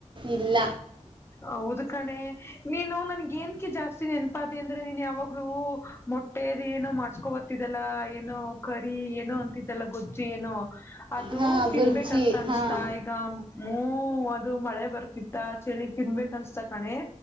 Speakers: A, on the right; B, on the left.
A: ಇಲ್ಲ
B: ಹೌದು ಕಣೆ ನೀನು ನನ್ಗ ಏನ್ಕ್ಕೆ ಜಾಸ್ತಿ ನೆನಪಾದ ಅಂದ್ರೆ ನೀನ್ ಯಾವಾಗ್ಲೂ ಮೊಟ್ಟ ಮೂಟ್ಟೇದ ಏನುೋ ಮಾಡ್ಸ್ಕೊಬತಿದ್ದಲ್ಲ ಏನೋ ಕರಿ ಏನುೋ ಅಂತಿದ್ದಲ್ಲ ಗೊಜ್ಜಿ ಏನೋ ಅದು
A: ಹಾಂ
B: ತಿನ್ಬೇಕಂತ
A: ಬುರ್ಜಿ
B: ಅನ್ಸ್ತಾ
A: ಹಾಂ
B: ಈಗ ಹ ಅದು ಮಳೆ ಬರ್ ತ್ತ ಚಳಿಗ್ ತಿನ್ಬೇಕ ಅನ್ಸ್ತ ಕಣೆ